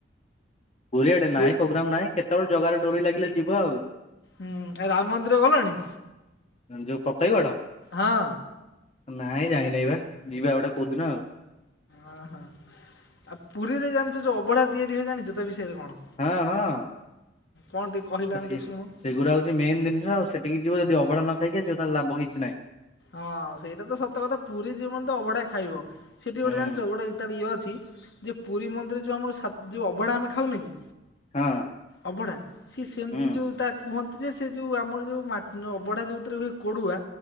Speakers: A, on the left; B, on the left.
A: ପୁରୀ ଆଡେ
B: ପୁ
A: ନାଇଁ ପ୍ରୋଗ୍ରାମ ନାହିଁ। କେତେବେଳେ ଜଗା ର ଡୋରି ଲାଗିଲେ ଯିବା ଆଉ।
B: ହୁଁ ରାମ ମନ୍ଦିର ଗଲଣି?
A: ଯୋଉ ଫତେଗଡ?
B: ହଁ।
A: ନାଇଁ ଯାଇ ନାହିଁ ବା ଯିବା ଗୋଟେ କଉଦିନ ଆଉ
B: ଅ ହ ଆଉ ପୁରୀରେ ଜାଣିଚ ଯୋଉ ଅବଢା ତିଆରି ହୁଏ, ଜାଣିଚ ତା ବିଷୟରେ କଣ?
A: ଆଉ ହଁ ହଁ
B: କଣ ଟିକେ କହିଲ ଆମେ
A: ସେ
B: ଟିକେ ଶୁଣୁ?
A: ସେଗୁରା ହଉଚି ମେନ ଜିନିଷ ଆଉ ସେଠିକି ଯଦି ଅବଢା ନ ଖାଇକି ଆସିବ ଲାଭ କିଛି ନାହିଁ।
B: ହଁ ସେଇଟା ତ ସତ କଥା ପୁରୀ ଯିବ ମାନେ ତ ଅଭଢା ଖାଇବ। ସେଇଠି ଗୋଟେ
A: ହୁଁ
B: ଜାଣିଚ ଗୋଟେ ତାର ଇଏ ଅଛି ଯେ ପୁରୀ ମନ୍ଦିର ଯେଉଁ ଆମର ସାତ ଯେଉଁ ଅଭଢ଼ା ଆମେ ଖାଉନେ କି?
A: ହଁ।
B: ଅବଢା। ସିଏ ସେମିତି
A: ହୁଁ
B: ଯେଉଁ ତା କୁହନ୍ତି ଯେ ସେ ଯେଉଁ ଆମର ଯେଉଁମା ଅବଢ଼ା ଯେଉଁଥିରେ ହୁଏ କୋଡୁଆ